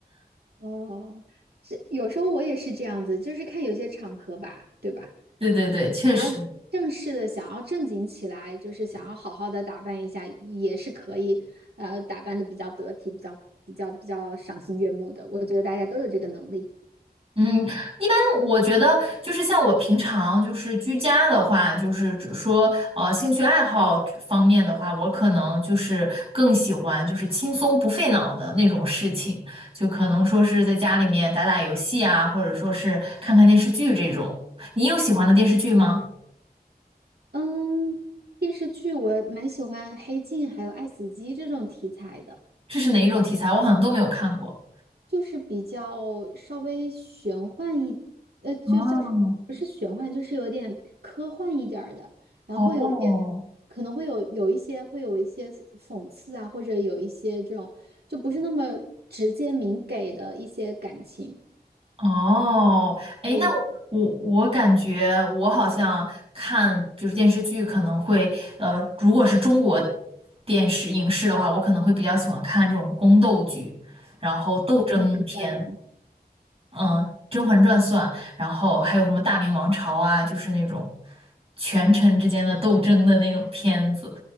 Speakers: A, on the right (about 75°); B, on the right (about 35°).
A: 哦，这有时候我也是这样子，就是看有些场合吧，对吧？
B: 对对对，确实。
A: 你要正式的想要正经起来，就是想要好好的打扮一下，也是可以，呃，打扮的比较得体，比较比较比较赏心悦目的。我觉得大家都有这个能力。
B: 嗯，一般我觉得就是像我平常就是居家的话，就是只说呃兴趣爱好这方面的话，我可能就是更喜欢就是轻松不费脑的那种事情，就可能说是在家里面打打游戏啊，或者说是看看电视剧这种。你有喜欢的电视剧吗？
A: 嗯，电视剧我蛮喜欢《黑镜》还有《爱死机》这种题材的。
B: 这是哪一种题材？我好像都没有看过。
A: 就是比较稍微玄幻一，呃，就叫什么？
B: 哦，
A: 不是玄幻，就是有点科幻一点儿的，然后会有一点，
B: 哦，
A: 可能会有有一些会有一些讽刺啊，或者有一些这种就不是那么直接明给的一些感情。
B: 哦，哎，
A: 所以
B: 那我我感觉我好像看就是电视剧，可能会呃，如果是中国电视影视的话，我可能会比较喜欢看这种宫斗剧，然后斗争片，
A: 《甄嬛传》吗？
B: 嗯、甄嬛传》算，然后还有什么《大明王朝》啊，就是那种权臣之间的斗争的那种片子，